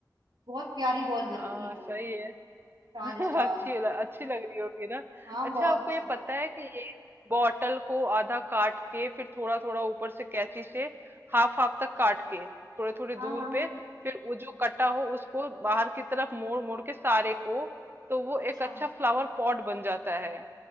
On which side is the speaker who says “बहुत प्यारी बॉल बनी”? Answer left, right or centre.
Right